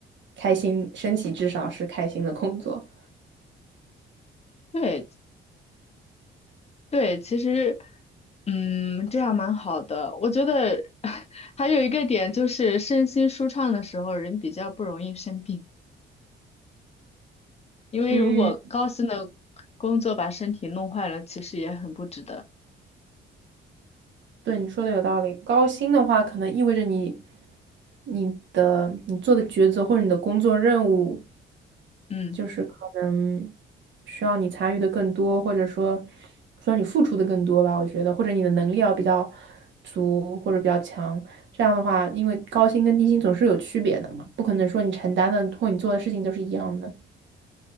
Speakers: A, on the right (about 65°); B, on the left (about 30°).
A: 开心，身体至少是开心的工作。
B: 对对，其实嗯这样蛮好的。我觉得 <laughs> 还有一个点就是身心舒畅的时候，人比较不容易生病，因为如果高薪的工作把身体弄坏了，
A: 嗯，
B: 其实也很不值得。
A: 对，你说的有道理。高薪的话，可能意味着你、你的、你做的抉择或者你的工作任务，
B: 嗯，
A: 就是可能需要你参与的更多，或者说需要你付出的更多吧。我觉得，或者你的能力要比较足或者比较强。这样的话，因为高薪跟低薪总是有区别的嘛，不可能说你承担的或你做的事情都是一样的，